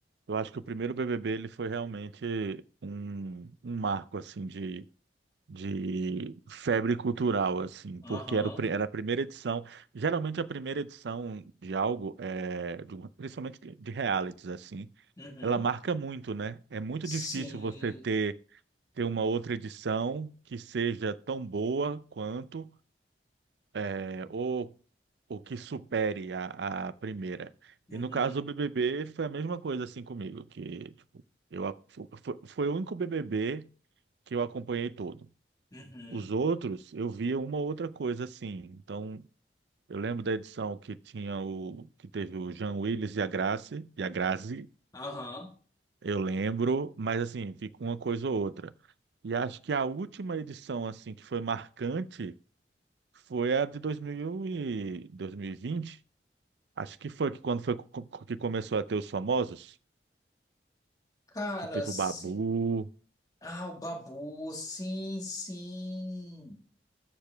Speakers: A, on the right; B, on the left.
A: eu acho que o primeiro BBB ele foi realmente um, um marco assim de. de febre cultural, assim, porque
B: Aham.
A: era, o pri- era a primeira edição. Geralmente a primeira edição de algo, é, de um- principalmente de realities, assim,
B: Uhum.
A: ela marca muito, né? É muito difícil
B: Sim.
A: você ter, ter uma outra edição que seja tão boa quanto, é, ou, ou que supere a, a primeira.
B: Uhum.
A: E no caso do BBB foi a mesma coisa, assim, comigo, que tipo, eu, a- fo- foi, foi o único BBB que eu acompanhei todo.
B: Uhum.
A: Os outros, eu via uma outra coisa assim. Então, eu lembro da edição que tinha o que teve o Jean Willis e a Grace, e a Grazi,
B: Aham.
A: eu lembro, mas assim, fica uma coisa ou outra. E acho que a última edição assim que foi marcante foi a de 2000 e 2020. Acho que foi que quando foi co- co- que começou a ter os famosos,
B: Cara,
A: que teve
B: sim.
A: o Babu,
B: Ah, o Babu, sim, sim.